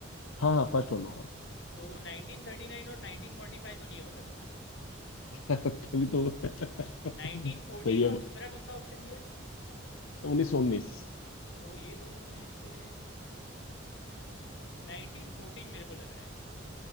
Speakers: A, on the left; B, on the left.
A: हाँ हाँ फर्स्ट वर्ल्ड वॉर
B: तो 1939 और 1945 तो नहीं हो सकता
A: <laughs> तभी तो <laughs>
B: 1914
A: तो ये
B: और दूसरा कौन सा ऑप्शन दिया
A: उन्नीस सौ उन्नीस
B: तो ये दोनों में से 1914 मेरे को लग रहा है